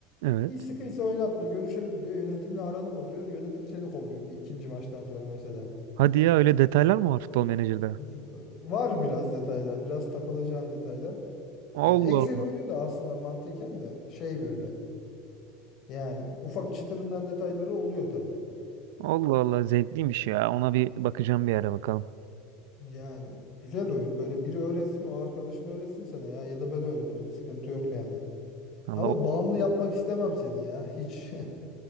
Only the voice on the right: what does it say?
Evet.
Hadi ya öyle detaylar mı var Futbol Manager'da?
Allah
Allah.
Allah Allah zevkliymiş ya. Ona bir bakacağım bir ara bakalım.
Allah
o-